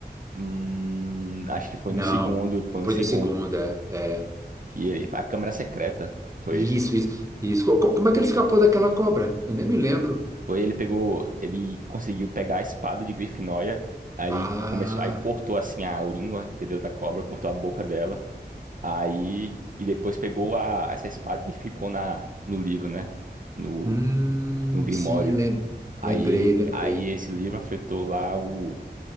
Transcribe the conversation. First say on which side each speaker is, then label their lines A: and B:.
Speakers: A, on the right (about 50°); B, on the right (about 20°).
A: hum, acho que foi
B: Não,
A: no segundo, foi no
B: foi
A: segundo.
B: da segunda. É. é.
A: Que ele, a Câmara Secreta, foi
B: Isso,
A: isso.
B: isso, isso. Co- co- Como é que ele escapou daquela cobra? Eu nem me lembro.
A: Foi ele pegou, ele conseguiu pegar a espada de Grifinória, aí
B: Ah,
A: ele começou, aí cortou assim a língua, entendeu, da cobra, cortou a boca dela. Aí e depois pegou a essa espada e ficou na no livro, né? No
B: hum,
A: no Grimório.
B: sim, lem-
A: Aí
B: lembrei, lembrei.
A: aí esse livro afetou lá o